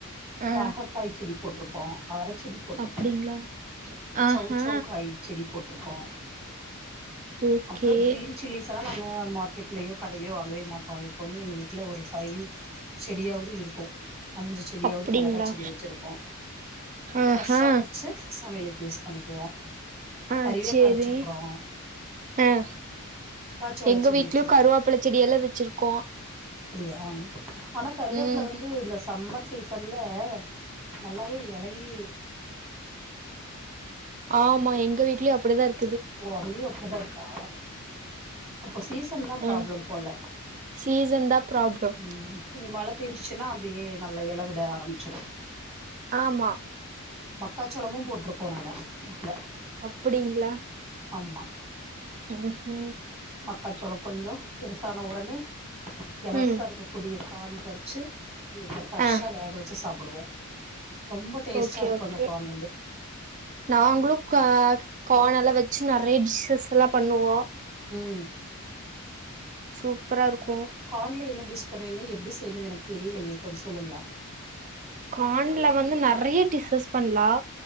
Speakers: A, on the right; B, in the centre.
A: ஆ
B: பாகக்காய் செடி போட்டுருப்கோ அவர செடி போட்டிருக்கோ
A: அப்டிங்களா ஆஹா
B: சௌ சௌக்காய் செடி போட்டிருக்கோ
A: ஓகே
B: அப்றோ கிரீன் சில்லிஸ் அதல்லாம் நாங்கள் மார்க்கெட்ளையோ கடையிலையோ வாங்கவே மாட்டோம் எப்போவுமே எங்கள் வீட்ல ஒரு ஃபைவ் செடியாவது இருக்கும் அஞ்சு செடியாவது
A: அப்டிங்களா
B: மிளகாய் செடி வச்சுருப்போ
A: ஆஹா
B: ஃப்ரெஷ்ஷா பறிச்சு சமையலுக்கு யூஸ் பண்ணிக்குவோ
A: ஆஹ்
B: கறிவேப்பில
A: சேரி
B: வச்சிருக்குறோ
A: ஆஹ்
B: மக்காச்சோள
A: எங்க
B: செடி
A: வீட்லயும்
B: வச்சிருக்கோ
A: கருவேப்புல செடி எல்லாம் வச்சிருக்கோ
B: அப்பிடியா ஆனா கருவேப்பில
A: ம்
B: வந்து இந்த சம்மர் சீசன்ல நல்லாவே எலையி
A: ஆமா எங்க வீட்லயு அப்டிதான் இருக்
B: ஓ அதுலயும் அப்டித்தான் இருக்கா அப்ப சீசன் தான்
A: ஆ
B: ப்ராப்ளம் போல
A: சீசன் தா ப்ராப்ளம்
B: உம் இனி மழ பேய்ஞ்சுச்சுன்னா அப்பிடியே நல்லா இழவிட ஆரம்பிச்சிடு
A: ஆமா
B: மக்காச்சோளமு போட் ருக்கோ நாங்க வீட்ல
A: அப்டிங்களா
B: ஆம்மா
A: ம் ஹூ
B: மக்காசோள கொஞ்சோ பெருசான உடனே எளசா
A: ம்
B: இருக்க கூடிய கான் பறிச்சு இப்ப ஃபிரெஷ்ஷா
A: ஆ
B: வேக வெச்சு சாப்புடுவோ ரொம்ப டேஸ்ட்டா
A: ஓகே
B: இருக்கு
A: ஓகே
B: அந்த கார்ன் வந்து
A: நாங்களு கா கான் எல் லா வெச்சு நெறைய டிஷ்ஷஸ்லா பண்ணுவோ
B: ம்
A: சூப்பரா இருக்
B: கான்ல என்னது டிஷ் பண்ணுவிங்க எப்டி செய்ணு எனக்கு தெரிலயே கொஞ்ச சொல்லுங்ளே
A: கான்ல வந்து நெறைய டிஷ்ஷஸ் பண்லா